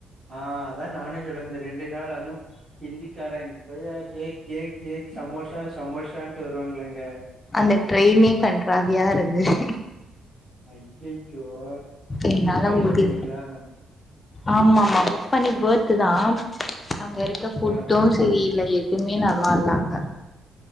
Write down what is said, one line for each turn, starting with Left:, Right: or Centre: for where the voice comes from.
Right: ஆ அதா நானு சொல்லுறே இந்த ரெண்டு நாள் அதுவு ஹிந்திக்காரங் பையா கேக் கேக் கேக் சமோசா சமோசான்ட்டு வருவாங்களேங்க
Left: அந்த ட்ரெயினே கண்றாவியா இருந்தது
Right: அய்யய்யோ
Left: என்னால
Right: புக் பண்ணிதா
Left: முடி
Right: போனீங்களா
Left: ஆமா ஆமா புக் பண்ணி பெர்த்து தா அங்க இருக்க ஃபுட்டு
Right: ஆ
Left: சரி இல்ல எதுவுமே நல்லா இல்லா அங்க